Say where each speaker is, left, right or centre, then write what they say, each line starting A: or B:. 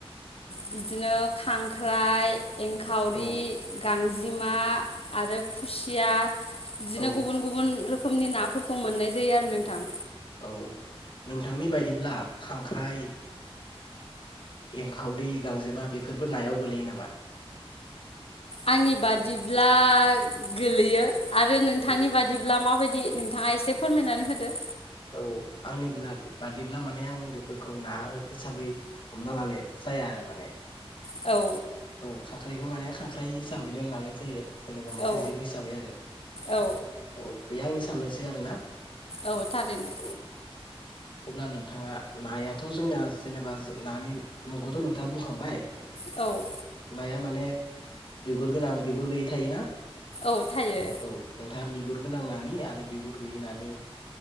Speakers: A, on the left (about 70°); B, on the left (about 55°).
A: बिदिनो खांख्राइ एंखावरि
B: औ
A: गां गांजेमा आरो खुसिया बिदिनो
B: औ
A: गुबुन गुबुन रोखोम रोखोमनि नाफोरखौ मोननाय जायो आरो नोंथां।
B: औ नोंथांनि बायदिब्ला खांख्राइ एंखावदै गांजेमा बेफोरबो नायाव गोलैयो नामा?
A: आंनि बादिब्ला गोलैयो आरो नोंथांनि
B: औ
A: बादिब्ला माबायदि दि नोंथाङा एसे फोरमायनानै होदो।
B: औ आंनि ब्लघ बादिब्ला माने आं बेफोरखौ ना हिसाबै हमना लानाय जाया आरो माने
A: औ
B: औ खांख्राइखौ माने खांख्राइ हिसाबैनो लानाय जायो। जेनेबा मोनसे
A: औ
B: जिब हिसाबै आरो
A: औ
B: औ। बेयो आंनि साननायसो आरोना।
A: औ थारैनो।
B: औ अब्ला नोंथाङा नायाथ' जोंना जेनेबा नानि मुंखौथ' नोंथाङा बुंखांबाय।
A: औ
B: नामा माने बिगुर गोनां बिगुर गैयि थायोना
A: औ थायो
B: औ नोंथाङा बिगुर गोनां नानि आरो बिगुर गैयि नानि